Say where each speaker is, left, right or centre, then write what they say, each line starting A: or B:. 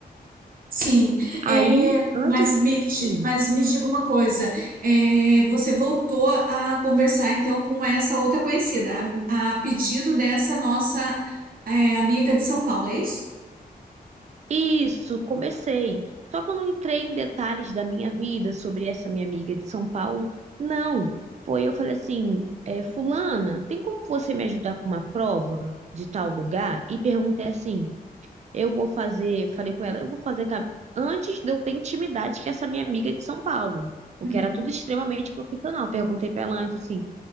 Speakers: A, on the right; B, on the right.
A: Sim,
B: Aí,
A: é,
B: antes,
A: mas, me, di-
B: sim.
A: mas me diga uma coisa, é, você voltou a conversar então com essa outra conhecida, a, a pedido dessa nossa é, amiga de São Paulo, é isso?
B: Isso, comecei. Só que eu não entrei em detalhes da minha vida sobre essa minha amiga de São Paulo. Não, foi eu falei assim, é, fulana, tem como você me ajudar com uma prova de tal lugar? E perguntei assim, eu vou fazer, falei com ela, eu vou fazer ca- antes de eu ter intimidade com essa minha amiga de São Paulo, porque
A: Uhum.
B: era tudo extremamente profissional. Perguntei pra ela antes assim,